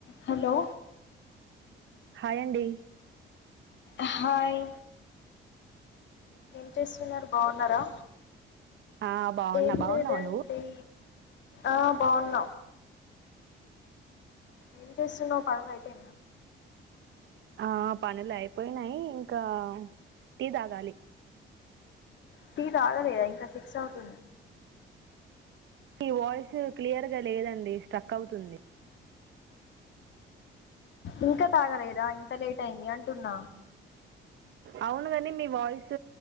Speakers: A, on the left; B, on the right.
A: హలో
B: హాయ్ అండి
A: అహాయ్ ఏం చేస్తున్నర్ బాన్నారా
B: ఆ, బాగున్నా
A: ఏం
B: బాగున్నావా
A: లేదండి
B: నువ్వు
A: ఆ బాన్న ఏం చేస్తున్నావ్ పనులు ఐపే
B: ఆ పనులైపోయినాయ్ ఇంక టీ తాగాలి
A: టీ తాగలేదా ఇంకా సిక్స్ అవుతు
B: ఇ వాయిస్ క్లియర్గా లేదండి స్ట్రక్ అవ్తుంది
A: ఇంక తాగలేదా ఇంత లేట్ ఐంది అంటున్న
B: ఔనుగని మీ వాయిస్